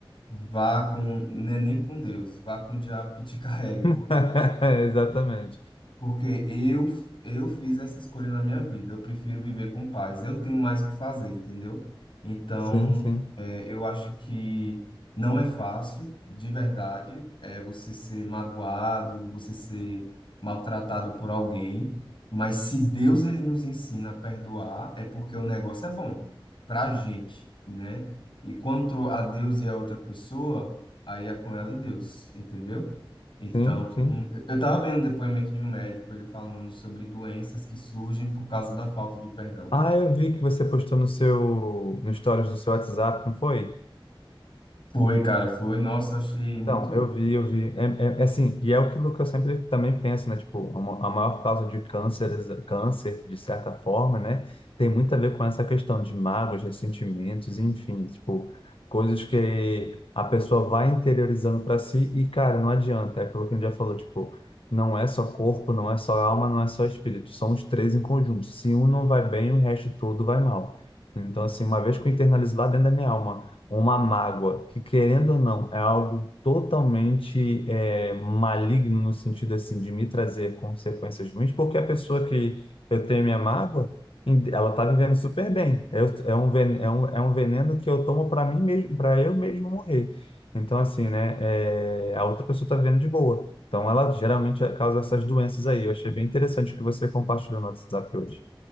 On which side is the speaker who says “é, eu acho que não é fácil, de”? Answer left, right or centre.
Left